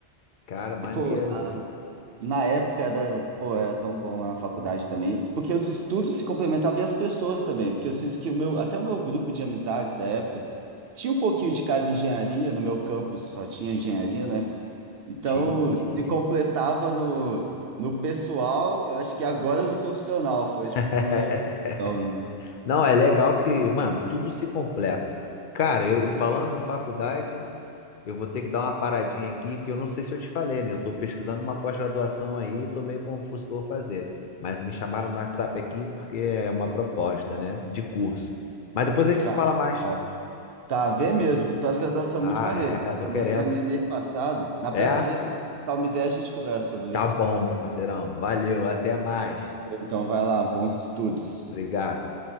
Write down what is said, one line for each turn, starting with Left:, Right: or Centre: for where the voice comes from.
Left: Cara, maneiro,
Right: E, pô,
Left: mano.
Right: Na época era, pô, era tão bom lá na faculdade também, porque os estudos se complementavam e as pessoas também, porque eu sinto que o meu, até o meu grupo de amizades da época tinha um pouquinho de cada engenharia, no meu campus só tinha engenharia, né? Então
Left: Tinha, tinha.
Right: se completava no, no pessoal, eu acho que agora no profissional, foi tipo
Left: <laughs>
Right: uma evolução, né?
Left: Não, é legal que, mano, tudo se completa. Cara, eu, e falando em faculdade, Eu vou ter que dar uma paradinha aqui, porque eu não sei se eu te falei, né? Eu estou pesquisando uma pós-graduação aí, estou meio confuso o que eu vou fazer. Mas me chamaram no WhatsApp aqui porque é uma proposta, né? De curso. Mas depois a gente
Right: Cara,
Left: se fala mais.
Right: ó, tá, vê mesmo, pós-graduação
Left: Ah,
Right: é muito maneiro,
Left: é,
Right: cara.
Left: tô
Right: Comecei
Left: querendo.
Right: a minha mês passado, na
Left: É?
Right: próxima vez que a gente trocar uma ideia a gente conversa sobre isso.
Left: Tá bom, meu parceirão. Valeu, até mais.
Right: Então vai lá, bons estudos.
Left: Obrigado.